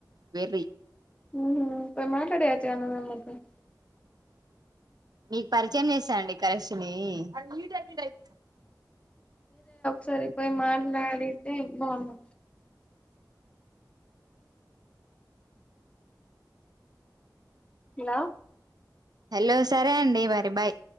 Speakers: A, on the right; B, on the left.
A: వెర్రి
B: మ్ హు పోయి మాట్లాడియ్యొచ్చు నువ్వే మరి పోయి
A: మీకు పరిచయం చేస్తాండి క్రాష్ నీ అదిప్పుడుదు
B: సరిపోయి మాట్లాడితే బాగున్నా హలో
A: హలో సరే అండి మరి బాయ్